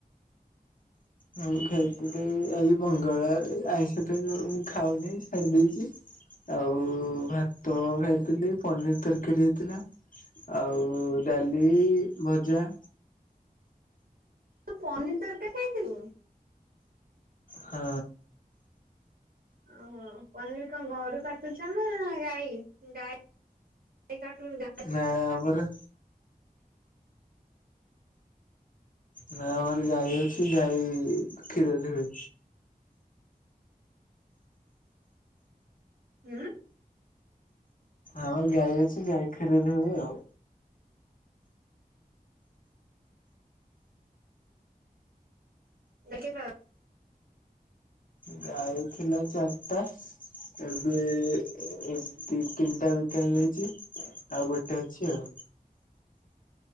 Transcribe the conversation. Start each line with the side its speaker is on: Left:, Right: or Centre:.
Left: ମୁଁ ଖାଇଥିଲି ଆଜି ମଙ୍ଗଳବାର ଆଇଁଷ କୁ ମୁ ଖାଉନି ଛାଡି ଦେଇଛି। ଆଉ ଭାତ ଖାଇଥିଲି ପନିର ତରକାରୀ ହେଇଥିଲା। ଆଉ ଡାଲି ଭଜା।
Right: ତୁ ପନିର ତରକାରୀ ଖାଇଥିଲୁ।
Left: ହଁ।
Right: ଓହୋ ପନିର କଣ ଘଡୁ କାଟୁଛ ନା ଗାଈ ଗାଈ <unintelligible>
Left: ନା ଆମର ନା ଆମର ଗାଈ ଅଛି ଗାଈ କ୍ଷୀର ଦଉଛି।
Right: ହୁଁ।
Left: ଆମ ଗାଈ ଅଛି ଗାଈ କ୍ଷୀର ଦଉନି ଆଉ।
Right: ମିଲ୍କ ଅପା।
Left: ଗାଈ ଥିଲା ଚାରିଟା। ଏବେ ଏ ଦି ତିନିଟା ବିକା ହେଇଯାଇଛି ଆଉ ଗୋଟେ ଅଛି ଆଉ।